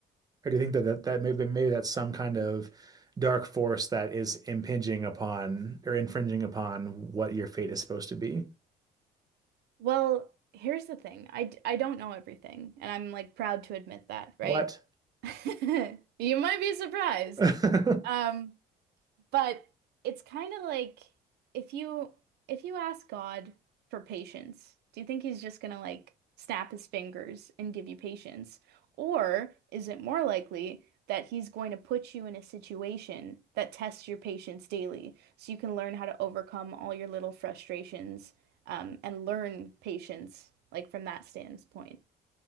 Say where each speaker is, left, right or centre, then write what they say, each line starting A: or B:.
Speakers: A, on the right; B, on the right.
A: Or do you think that that, that maybe maybe that's some kind of dark force that is impinging upon or infringing upon what your fate is supposed to be?
B: Well, here's the thing. I d- I don't know everything, and I'm like proud to admit that, right?
A: What?
B: <laughs> You might be surprised.
A: <laughs>
B: Um But it's kind of like if you if you ask God for patience, do you think he's just gonna like snap his fingers and give you patience? Or is it more likely that he's going to put you in a situation that tests your patience daily so you can learn how to overcome all your little frustrations um, and learn patience like from that standpoint?